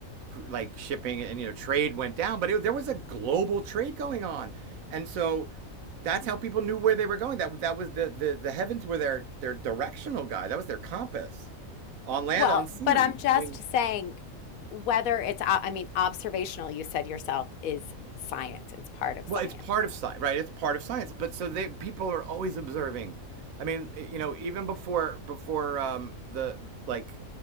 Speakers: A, on the right (about 75°); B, on the left (about 80°).
A: like shipping and you know trade went down, but it, there was a global trade going on, and so that's how people knew where they were going. That that was the the, the heavens were their their directional guide. That was their compass. on land,
B: Well,
A: on sea.
B: but I'm just
A: I mean,
B: saying whether it's, o- I mean, observational, you said yourself, is science. It's part of
A: well,
B: science.
A: it's part of science, right? It's part of science. But so they people are always observing. I mean, you know, even before before um, the like